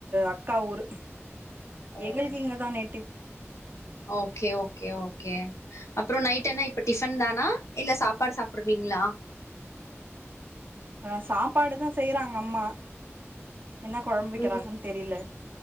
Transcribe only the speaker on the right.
அக்கா ஊரு
எங்களுக்கு இங்கதா நேட்டிவ்
அ சாப்பாடுதா செய்றாங் அம்மா என்ன கொழம்பு வைக்கிறாங்கன்னு
தெரில